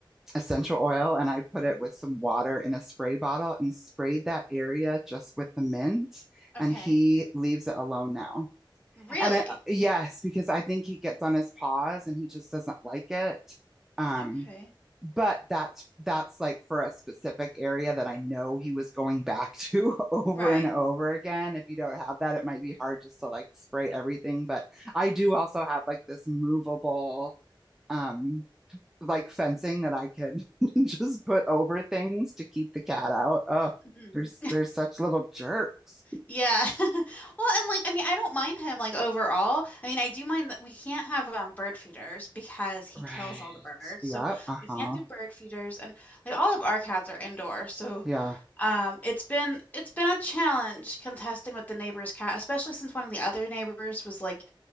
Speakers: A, in the centre; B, on the left.
A: essential oil and I put
B: Mhm.
A: it with some water in a spray bottle and sprayed that area just with the mint.
B: Okay.
A: And he leaves it alone now.
B: Really?
A: And I, yes, because I think he gets on his paws and he just doesn't like it. Um,
B: Okay.
A: but that's that's like for a specific area that I know he was going back to <laughs> over
B: Right.
A: and over again. If you don't have that, it might be hard just to like spray everything. But I do also have like this movable um like fencing that I can <laughs> just put over things to keep the cat out. Oh,
B: Mhm.
A: there's there's such little jerks.
B: Yeah. <laughs> Well, and like I mean, I don't mind him like overall. I mean, I do mind that we can't have um bird feeders because he
A: Right.
B: kills all the birds.
A: Yep.
B: So
A: Uh-huh.
B: we can't do bird feeders and like all of our cats are indoor. So
A: Yeah.
B: um, it's been it's been a challenge contesting with the neighbor's cat, especially since one of the other neighbors was like